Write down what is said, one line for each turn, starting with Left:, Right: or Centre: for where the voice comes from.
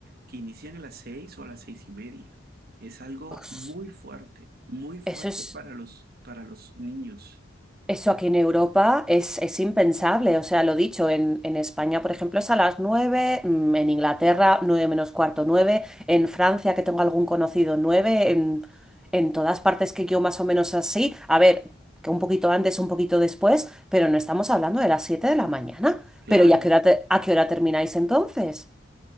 Right: que inician a las 6 o a las seis y media. Es algo
Centre: Os-
Right: muy fuerte, muy fuerte
Centre: Eso es,
Right: para los, para los niños.
Centre: Eso aquí en Europa es, es impensable. O sea, lo dicho, en, en España, por ejemplo, es a las nueve mm, en Inglaterra, 9 menos cuarto, 9 en Francia, que tengo algún conocido, nueve en, en todas partes que yo más o menos así. A ver, que un poquito antes, un poquito después, pero no estamos hablando de las 7 de la mañana.
Right: Claro.
Centre: Pero ¿y a qué hora, te- a qué hora termináis entonces?